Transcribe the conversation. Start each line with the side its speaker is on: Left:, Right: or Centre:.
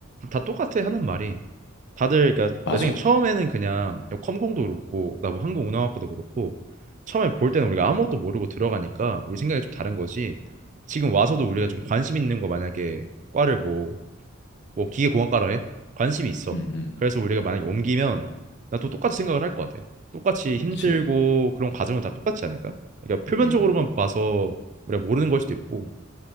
Right: 다 똑같아 하는 말이 다들 그러니까
Left: 맞아
Right: 내 생각엔 처음에는 그냥 컴공도 그렇고 나뭐 항공운항학과도 그렇고 처음에 볼 때는 우리가 아무것도 모르고 들어가니까 우리 생각이 좀 다른 거지 지금 와서도 우리가 좀 관심 있는 거 만약에 과를 뭐 뭐 기계공학과라 해 관심이 있어
Left: 음음음
Right: 그래서 우리가 만약에 옮기면 나 또 똑같이 생각을 할 것 같아 똑같이 힘들고
Left: 그치
Right: 그런 과정은 다 똑같지 않을까 그러니까 표면적으로만
Left: 음
Right: 봐서 우리가 모르는 걸 수도 있고